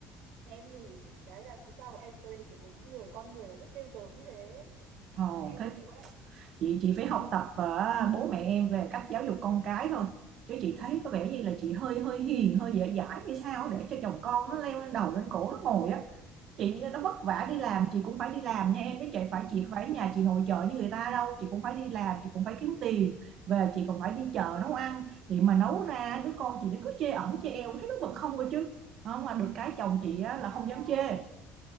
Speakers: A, on the right (about 70°); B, on the right (about 50°).
A: em thì đấy là sao mà em có thể địch được với những người con người mà rất ghê gớm như thế
B: ồ
A: em
B: thế
A: chịu đấy
B: chị chị phải học tập ờ, bố mẹ em về cách giáo dục con cái thôi chứ chị thấy có vẻ như là chị hơi hơi hiền hơi dễ dãi hay sao để cho chồng con nó leo
A: Tuồng
B: lên đầu lên cổ nó ngồi á chị nó vất
A: ừ.
B: vả đi làm chị cũng phải đi làm nha em chứ chị phải chị phải nhà chị nội trợ như người ta đâu chị cũng phải đi làm chị cũng phải kiếm tiền về chị còn phải đi
A: Ừ.
B: chợ nấu ăn chị mà nấu ra đứa con chị nó cứ chê ẩm chê eo thấy nó bực không cơ chứ không mà được cái chồng
A: Thế
B: chị
A: thì
B: á,
A: vất vả
B: là không
A: quá
B: dám chê